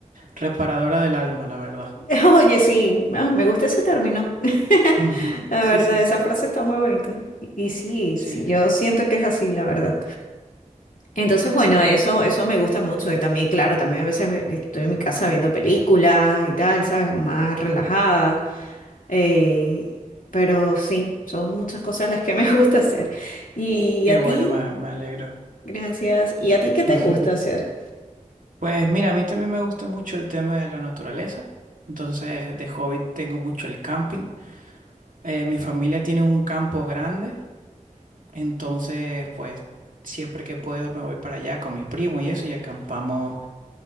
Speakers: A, on the right; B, on the left.
A: reparadora del alma, la verdad.
B: <laughs> Oye, sí, ah, me gusta ese término. <laughs>
A: Ujú,
B: La
A: Sí,
B: verdad,
A: sí, sí,
B: esa
A: sí.
B: frase está muy bonita. Y, y sí,
A: Sí,
B: sí, yo siento que es así, la verdad. Entonces, bueno,
A: sí.
B: eso, eso me gusta mucho. Y también, claro, también a veces ve- estoy en mi casa viendo películas y tal, ¿sabes? Más relajada. Eh, pero sí, son muchas cosas las que me <laughs> gusta hacer. Y
A: Qué
B: a
A: bueno,
B: ti,
A: me, me alegro.
B: gracias. ¿Y a ti qué te
A: <laughs>
B: gusta hacer?
A: Pues mira, a mí también me gusta mucho el tema de la naturaleza. Entonces, de hobby tengo mucho el camping. Eh, mi familia tiene un campo grande, entonces, pues siempre que puedo me voy para allá con mis primos y eso y acampamos